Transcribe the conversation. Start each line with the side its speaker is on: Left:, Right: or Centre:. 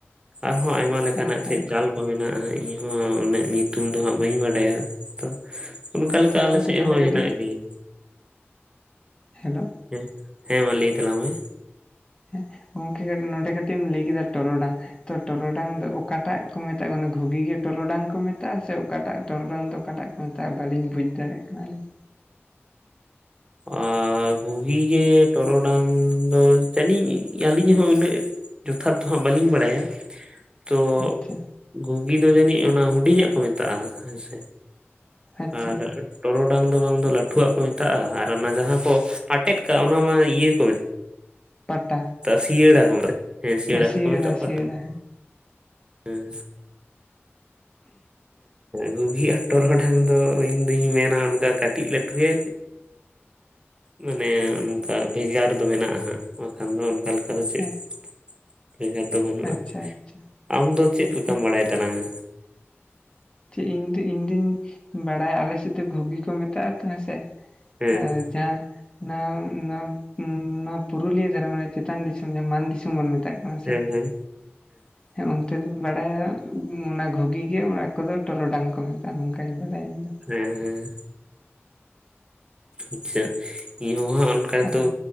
Right: ᱟᱨᱦᱚᱸ ᱟᱭᱢᱟ ᱞᱮᱠᱟᱱᱟᱜ
Left: ᱟᱪᱪᱷᱟ
Right: ᱪᱮᱫ ᱡᱟᱞ ᱠᱚ ᱢᱮᱱᱟᱜᱼᱟ ᱤᱧᱦᱚᱸ ᱩᱱᱟᱹᱜ ᱧᱩᱛᱩᱢ ᱫᱚ ᱦᱟᱸᱜ ᱵᱟᱹᱧ ᱵᱟᱰᱟᱭᱟ ᱛᱚ ᱚᱱᱠᱟ
Left: ᱟᱪᱪᱷᱟ
Right: ᱞᱮᱠᱟ ᱟᱞᱮ
Left: ᱜᱚᱝᱠᱮ
Right: ᱥᱮᱫ
Left: ᱱᱚᱰᱮ
Right: ᱦᱚᱸ
Left: ᱠᱟᱹᱴᱤᱡ
Right: ᱦᱮᱱᱟᱜ ᱜᱮᱭᱟ᱾
Left: ᱦᱮᱞᱳ
Right: ᱦᱮᱸ ᱦᱮᱸ ᱢᱟ ᱞᱟᱹᱭ ᱛᱟᱞᱟᱝ ᱢᱮ
Left: ᱦᱮᱸ ᱜᱚᱝᱠᱮ ᱱᱚᱰᱮ ᱠᱟᱹᱴᱤᱡ ᱮᱢ ᱞᱟᱹᱭ ᱠᱮᱫᱟ ᱴᱚᱨᱚᱰᱟᱝ ᱛᱚ ᱴᱚᱨᱚᱰᱟᱝ ᱫᱚ ᱚᱠᱟᱴᱟᱜ ᱠᱚ ᱢᱮᱛᱟᱜᱼᱟ? ᱚᱱᱟ ᱜᱷᱩᱜᱤ ᱜᱮ ᱴᱚᱨᱚᱰᱟᱝ ᱠᱚ ᱢᱮᱛᱟᱜᱼᱟ? ᱥᱮ ᱚᱠᱟᱴᱟᱜ ᱴᱚᱨᱚᱰᱟᱝ ᱫᱚ ᱚᱠᱟᱴᱟᱜ? <unintelligible> ᱵᱟᱹᱞᱤᱧ ᱵᱩᱡᱽ ᱫᱟᱲᱮᱭᱟᱜ ᱠᱟᱱᱟᱞᱤᱧ᱾
Right: ᱟᱨ ᱜᱷᱩᱜᱤ ᱜᱮ ᱴᱚᱨᱚᱰᱟᱝ ᱫᱚ ᱡᱟᱹᱱᱤᱡ ᱟᱹᱞᱤᱧ ᱦᱚᱸ ᱩᱱᱟᱹᱜ ᱡᱚᱛᱷᱟᱛ ᱫᱚ ᱦᱟᱸᱜ ᱵᱟᱹᱞᱤᱧ ᱵᱟᱲᱟᱭᱟ, ᱛᱚ,
Left: ᱟᱪᱪᱷᱟ
Right: ᱜᱷᱩᱜᱤ ᱫᱚ ᱡᱟᱹᱱᱤᱡ ᱚᱱᱟ ᱦᱩᱰᱤᱧᱟᱜ ᱠᱚ ᱢᱮᱛᱟᱜᱼᱟ ᱦᱮᱸᱥᱮ
Left: ᱟᱪᱪᱷᱟ
Right: ᱟᱨ ᱴᱚᱨᱚᱰᱟᱝ ᱫᱚ ᱵᱟᱝ ᱫᱚ ᱞᱟᱹᱴᱩᱣᱟᱜ ᱠᱚ ᱢᱮᱛᱟᱜᱼᱟ ᱚᱱᱟ ᱡᱟᱦᱟᱸ ᱠᱚ ᱟᱴᱮᱫ ᱠᱟᱜᱼᱟ ᱚᱱᱟ ᱢᱟ ᱤᱭᱟᱹ ᱠᱚ ᱢᱮᱛᱟᱜ
Left: ᱯᱟᱴᱟ
Right: ᱥᱤᱭᱟᱹᱲᱟ ᱠᱚ ᱢᱮᱛᱟᱜᱼᱟ ᱦᱮᱸ ᱥᱤᱭᱟᱹᱲᱟ
Left: ᱚ
Right: ᱦᱚᱸᱠᱚ ᱢᱮᱛᱟᱜᱼᱟ ᱯᱟᱴᱟ
Left: ᱥᱤᱭᱟᱹᱲᱟ
Right: ᱦᱮᱸ ᱜᱷᱩᱜᱤ ᱟᱨ ᱴᱚᱨᱚᱰᱟᱝ ᱫᱚ ᱤᱧᱫᱩᱧ ᱢᱮᱱᱟ ᱚᱱᱠᱟ ᱠᱟᱹᱴᱤᱡ ᱞᱟᱹᱴᱩᱜᱮ ᱢᱟᱱᱮ ᱚᱱᱠᱟ ᱵᱷᱮᱜᱟᱨ ᱫᱚ ᱢᱮᱱᱟᱜᱼᱟ ᱦᱟᱸᱜ ᱵᱟᱠᱷᱟᱱ ᱫᱚ ᱚᱱᱠᱟ ᱞᱮᱠᱟ ᱫᱚ ᱪᱮᱫ
Left: ᱦᱮᱸ
Right: ᱵᱷᱮᱜᱟᱨ ᱫᱚ ᱵᱟᱹᱱᱩᱜᱼᱟ᱾
Left: ᱟᱪᱪᱷᱟ ᱟᱪᱪᱷᱟ
Right: ᱟᱢ ᱫᱚ ᱪᱮᱫ
Left: ᱟᱪᱪᱷᱟ
Right: ᱞᱮᱠᱟᱢ ᱵᱟᱲᱟᱭ ᱛᱟᱞᱟᱝᱟ?
Left: ᱪᱮᱫ ᱤᱧᱫᱚ ᱤᱧᱫᱩᱧ ᱵᱟᱲᱟᱭᱟ ᱟᱞᱮ ᱮᱥᱮᱫ ᱫᱚ ᱜᱷᱩᱜᱤ ᱠᱚ ᱢᱮᱛᱟᱜᱼᱟ ᱛᱚ ᱦᱮᱸᱥᱮ
Right: ᱦᱮᱸ
Left: ᱟᱨ ᱡᱟᱦᱟᱸ ᱱᱟ ᱱᱟ ᱱᱚᱣᱟ ᱯᱩᱨᱩᱞᱤᱭᱟᱹ ᱫᱷᱟᱨᱮ ᱢᱟᱱᱮ ᱪᱮᱛᱟᱱ ᱫᱤᱥᱚᱢ ᱡᱟᱦᱟᱸ ᱢᱟᱱ ᱫᱤᱥᱚᱢ ᱵᱚᱱ ᱢᱮᱛᱟᱜ ᱛᱟᱜ ᱠᱟᱱᱟ
Right: ᱦᱮᱸ
Left: ᱥᱮ
Right: ᱦᱮᱸ
Left: ᱦᱮᱸ ᱚᱱᱛᱮ ᱫᱩᱧ ᱵᱟᱲᱟᱭᱟ ᱚᱱᱟ ᱜᱷᱩᱜᱤ ᱜᱮ ᱚᱱᱟ ᱠᱚᱫᱚ ᱴᱚᱨᱚᱰᱟᱝ ᱠᱚ ᱢᱮᱛᱟᱜᱼᱟ ᱱᱚᱝᱠᱟᱧ ᱵᱟᱲᱟᱭᱟ ᱤᱧ ᱫᱚ᱾
Right: ᱦᱮᱸᱻᱦᱮᱸ ᱟᱪᱪᱷᱟ ᱤᱧ ᱦᱚᱸ ᱚᱱᱠᱟ
Left: ᱟᱫᱚ
Right: ᱫᱚ